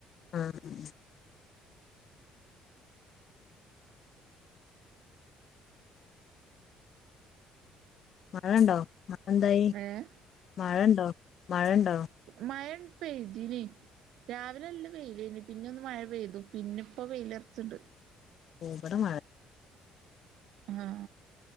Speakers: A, on the left; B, on the right.
A: ആഹ് മഴ ഉണ്ടോ മഴ എന്തായി
B: ഏഹ്
A: മഴണ്ടോ മഴണ്ടോ
B: മയ പെയ്തിനി രാവിലെല്ല വെയിലനി പിന്നെ ഒന്ന് മഴ പെയ്തു പിന്നെ ഇപ്പോ വെയിലോറച്ണ്ട്
A: ഇവ്ടെ മഴ
B: ഹാ